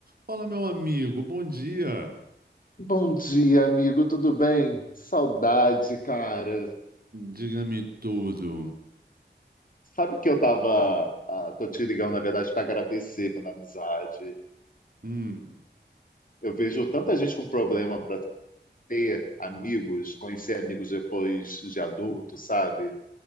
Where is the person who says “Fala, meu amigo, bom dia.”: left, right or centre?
Right